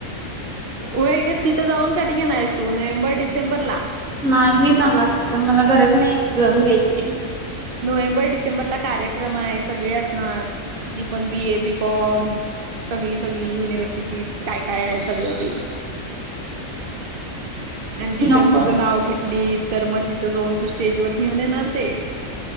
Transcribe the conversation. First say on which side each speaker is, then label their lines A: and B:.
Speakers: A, on the right (about 50°); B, on the right (about 80°).
A: होय खर तिथं जाऊन कधी घेणार आहेस तू नोव्हेंबर डिसेंबर ला
B: नाही मी जाणार तिथं मला गरज नाही तिथं जाऊन घ्यायची.
A: नोव्हेंबर डिसेंबरला कार्यक्रम आहे सगळे असणार जी पण बी. ए, बी. कॉम. सगळी सगळी युनिव्हर्सिटीत काय काय आहे सगळं ते आणि तिथं
B: नको
A: तुझं नाव घेतलीत तर मग तिथं जाऊन तू स्टेज वर घेऊन येणार ते